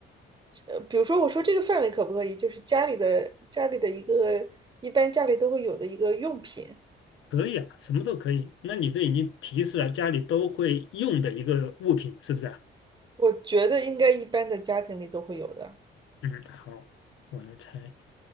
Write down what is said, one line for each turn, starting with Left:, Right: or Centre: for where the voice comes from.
Right: 呃，比如说我说这个范围可不可以？就是家里的家里的一个，一般家里都会有的一个用品，
Left: 可以啊，什么都可以。那你这已经提示了家里都会用的一个物品，是不是啊？
Right: 我觉得应该一般的家庭里都会有的，
Left: 嗯，好，我来猜，